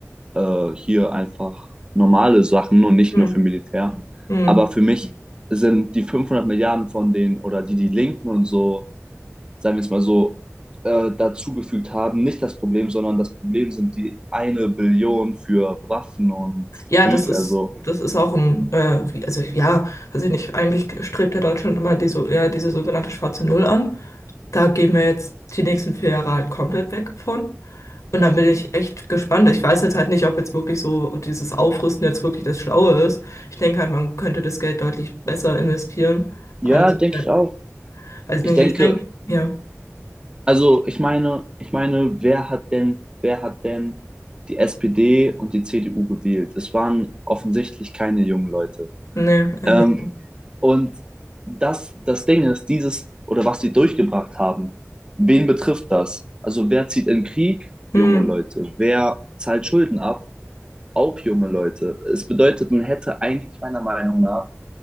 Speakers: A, on the right; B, on the left.
A: äh, hier einfach normale Sachen und nicht
B: Hm,
A: nur für Militär.
B: hm.
A: Aber für mich sind die 500 Milliarden von denen oder die die Linken und so sagen wir es mal so, äh, dazugefügt haben, nicht das Problem, sondern das Problem sind die eine Billion für Waffen und
B: Ja,
A: Krieg.
B: das ist,
A: Also,
B: das ist auch ein, äh, wie- also ja, weiß ich nicht, eigentlich strebt ja Deutschland immer die, so, ja, diese sogenannte schwarze Null an. Da gehen wir jetzt die nächsten vier Jahre halt komplett weg von. Und da bin ich echt gespannt. Ich weiß jetzt halt nicht, ob jetzt wirklich so dieses Aufrüsten jetzt wirklich das Schlaue ist. Ich denke halt, man könnte das Geld deutlich besser investieren.
A: ja,
B: Aber das
A: denke
B: ist halt,
A: ich auch.
B: weiß ich
A: Ich
B: nicht,
A: denke,
B: ich denke, ja,
A: also ich meine, ich meine, wer hat denn, wer hat denn die SPD und die CDU gewählt? Es waren offensichtlich keine jungen Leute.
B: nee, äh,
A: Ähm,
B: nicht.
A: und das, das Ding ist, dieses oder was sie durchgebracht haben, wen betrifft das? Also wer zieht in Krieg
B: Hm.
A: junge Leute? Wer zahlt Schulden ab? auch junge Leute. Es bedeutet, man hätte eigentlich meiner Meinung nach